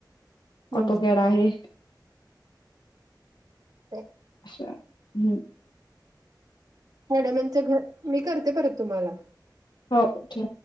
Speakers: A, on the right; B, on the left.
A: हम्म
B: ऑटोप्याड आहे.
A: ते
B: अछा हम्म
A: म्याडमांचं घर मी करते परत तुम्हाला
B: हो ओके